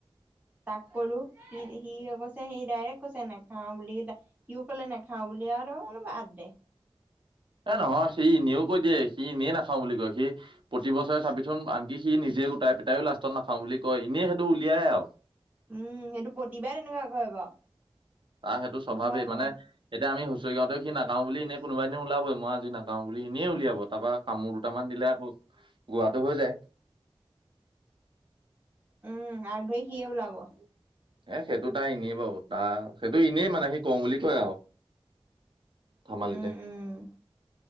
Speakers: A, on the right; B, on the right.
A: তাক কলো সি সি কৈছে সি ডাইৰেক্ট কৈছে নাখাওঁ বুলি সিউ কলে নাখাও বুলি আৰু কোনোব বাদ দে।
B: এ নহয় সি এনেও কৈ দিয়ে সি এনে নাখাও বুলি কয় সি প্ৰতি বছৰে চাবিচোন আনকি সি নিজে গোটাই পিটাইও লাষ্টত নাখাওঁ বুলি কয়, এনেই সেইটো উলিয়াই আৰু।
A: উম সেইটো প্ৰতিবাৰ তেনেকুৱা কৰে বাৰু।
B: তাৰ সেইটো স্বভাৱেই
A: হয়
B: মানে
A: বাৰু
B: এতিয়া আমি হুচৰি গাঁওতে সি নাগাও বুলি এনে কোনোবাই এনে ওলাব মই আজি নাগাও বুলি এনেই উলিয়াব তাৰপা কামোৰ দুটামান দিলে আকৌ গোৱাটো হৈ যায়।
A: উম আগ ধৰি সিয়ে ওলাব।
B: এ সেইটো তাৰ এনেই বাৰু তাৰ সেইটো এনেই মানে সি কওঁ বুলি কয় আৰু।
A: উম
B: ধেমালিতে।
A: উম